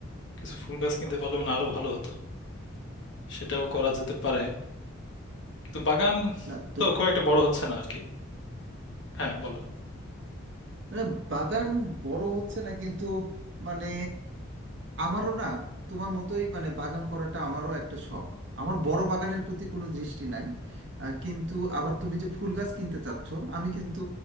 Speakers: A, on the left (about 55°); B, on the right (about 55°).
A: কিছু ফুল গাছ কিনতে পারলে মানে আরো ভালো হতো সেটাও করা যেতে পারে কিন্তু বাগান
B: না তো
A: তো খুব একটা বড় হচ্ছে না আর কি হ্যাঁ বলো
B: না, বাগান বড় হচ্ছে না কিন্তু মানে আমারও না তোমার মতোই মানে বাগান করাটা আমারও একটা শখ আমার বড় বাগানের প্রতি কোনো দৃষ্টি নাই আহ, কিন্তু আবার তুমি যে ফুল গাছ কিনতে চাচ্ছ আমি কিন্তু